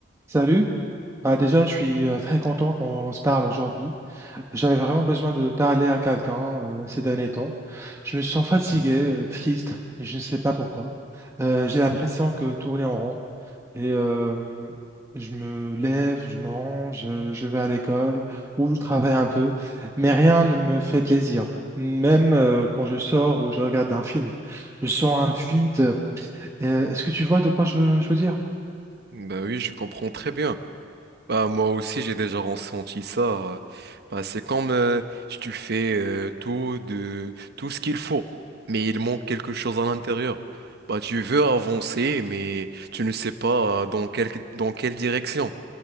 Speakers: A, on the right; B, on the right.
A: Salut. Bah déjà, je suis euh, très content qu'on se parle aujourd'hui. J'avais vraiment besoin de parler à quelqu'un euh, ces derniers temps. Je me sens fatigué, euh, triste, et je ne sais pas pourquoi. Euh, j'ai l'impression que tourner en rond. Et euh, je me lève, je mange, euh, je vais à l'école ou je travaille un peu, mais rien ne me fait plaisir. Même euh, quand je sors ou je regarde un film, je sens un vide. Euh, est-ce que tu vois de quoi je je veux dire?
B: Bah oui, je comprends très bien. Bah moi aussi j'ai déjà ressenti ça. euh. Bah c'est comme euh, si tu fais euh, tout de tout ce qu'il faut, mais il manque quelque chose à l'intérieur. Bah tu veux avancer, mais tu ne sais pas euh, dans quelle dans quelle direction.